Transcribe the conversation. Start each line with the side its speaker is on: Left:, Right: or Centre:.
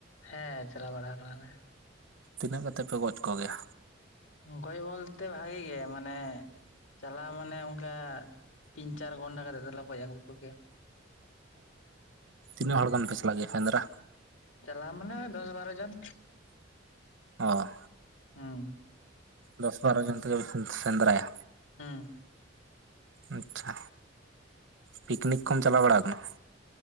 Left: ᱦᱮᱸ ᱪᱟᱞᱟᱣ ᱵᱟᱲᱟ ᱠᱟᱱᱟᱞᱮ
Right: ᱛᱤᱱᱟᱹᱜ ᱠᱟᱛᱮ ᱯᱮ ᱜᱚᱡ ᱠᱚ ᱜᱮᱭᱟ᱾
Left: ᱜᱚᱡ ᱵᱚᱞᱛᱮ ᱵᱷᱟᱜᱤ ᱜᱮ ᱢᱟᱱᱮ ᱪᱟᱞᱟᱣ ᱢᱟᱱᱮ ᱚᱱᱠᱟ ᱛᱤᱱ ᱪᱟᱨ ᱜᱷᱚᱱᱰᱟ ᱠᱟᱛᱮᱜ ᱫᱚᱞᱮ ᱜᱚᱡ ᱟᱜᱩ ᱠᱚ ᱜᱮᱭᱟ᱾
Right: ᱛᱤᱱᱟ ᱦᱚᱲ ᱜᱟᱱ ᱯᱮ ᱥᱮ <inaudible> ᱥᱮᱸᱫᱽᱨᱟ
Left: ᱪᱟᱞᱟᱣ ᱢᱟᱱᱮ ᱫᱚᱥ ᱵᱟᱨᱚ ᱡᱚᱱ
Right: ᱚ
Left: ᱦᱩᱸ
Right: ᱫᱚᱥ ᱵᱟᱨᱚ ᱡᱚᱱ ᱛᱮ ᱜᱮ ᱯᱮ ᱥᱮ ᱥᱮᱸᱫᱽᱨᱟᱭᱟ
Left: ᱦᱩᱸ
Right: ᱟᱪᱷᱟ ᱯᱤᱠᱱᱤᱠ ᱠᱚᱢ ᱪᱟᱞᱟᱣ ᱵᱟᱲᱟ ᱠᱟᱱᱟ